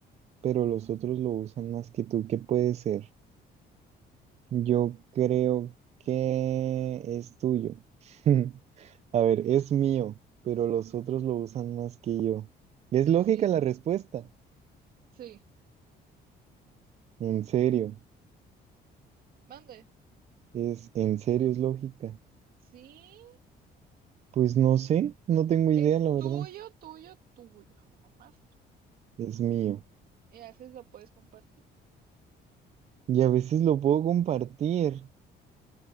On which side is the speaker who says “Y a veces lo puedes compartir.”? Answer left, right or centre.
Right